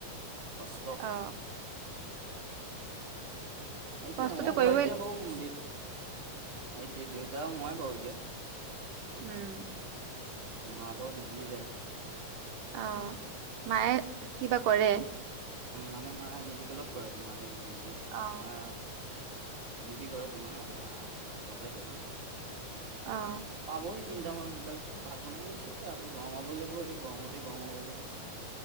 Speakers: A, on the right (about 65°); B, on the right (about 80°).
A: কষ্ট।
B: অ
A: সেইটোৱে
B: কষ্টটো
A: মোৰ
B: কৰিবই
A: ঘৰত এতিয়া
B: লাগে।
A: বাৰু দে এইটো দেউতা মই বাৰু এতিয়া।
B: উম।
A: মা বাৰু দিউটিয়ে যায়।
B: অ', মায়ে কিবা কৰে।
A: মানে মা মেডিকেলত কৰে তোমাৰ এই এইটো,
B: অ
A: আ ডিউটি কৰে তোমাৰ আহ, চৰকাৰী চাকৰি
B: অ
A: পাবহি তিনিটামানত যেতিয়ালৈকে ভাত বনাই গৈছে এতিয়া, গৰমাব লাগিব এই গৰমতে গৰমাব লাগিব।